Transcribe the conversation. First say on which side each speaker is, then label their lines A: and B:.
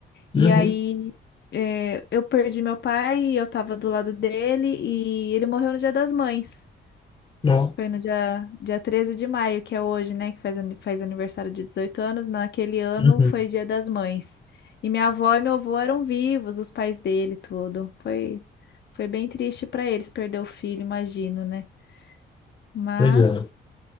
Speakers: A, on the left (about 25°); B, on the left (about 60°).
A: Uhum.
B: E aí eh, eu perdi meu pai, eu estava do lado dele e ele morreu no Dia das Mães.
A: Ó.
B: Foi no dia, dia 13 de maio, que é hoje, né? Que faz, ani- faz aniversário de 18 anos. Naquele ano
A: Uhum.
B: foi Dia das Mães. E minha avó e meu avô eram vivos, os pais dele, tudo. Foi, foi bem triste para eles perder o filho, imagino, né? Mas
A: Pois é.